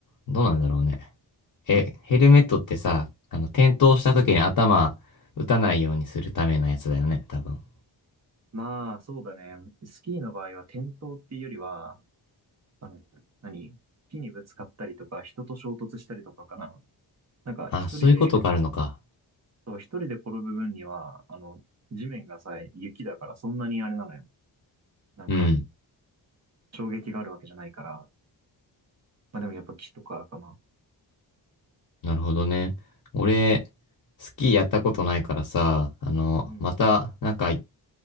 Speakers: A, on the left; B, on the right.
A: どうなんだろうね。え、ヘルメットってさ、あの、転倒した時に頭打たないようにするためのやつだよね、多分。
B: まあ、そうだね。スキーの場合は、転倒っていうよりは、あの、何木にぶつかったりとか、人と衝突したりとかかな。なんか一人で、
A: あ、そういうことがあるのか。
B: そう、一人で転ぶ分には、あの、地面がさ、雪だからそんなにあれなのよ。なんか、
A: うん。
B: 衝撃があるわけじゃないから。まあでもやっぱ木とかかな。
A: なるほどね。俺、
B: うん。
A: スキーやったことないからさ、あの、
B: うん。
A: また、なんか、